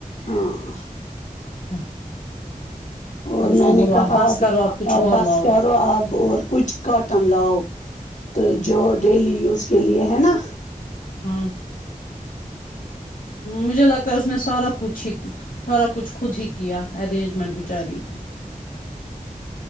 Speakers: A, on the left; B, on the left.
A: ہاں
B: اچھا
A: اور
B: اب اس
A: میں
B: کو بولو
A: نے
B: آپ
A: کہا
B: بس
A: اب
B: کرو آپ کچھ
A: اب
B: اور
A: بس
B: لاؤ
A: کرو اب اور کچھ کاٹن لاؤ تو جو ڈیلی یوز کے لیے ہے نا
B: ہ مجھے لگتا ہے اس نے سارا کچھ ہی سارا کچھ خود ہی کیا ارینجمنٹ بچاری ہوئی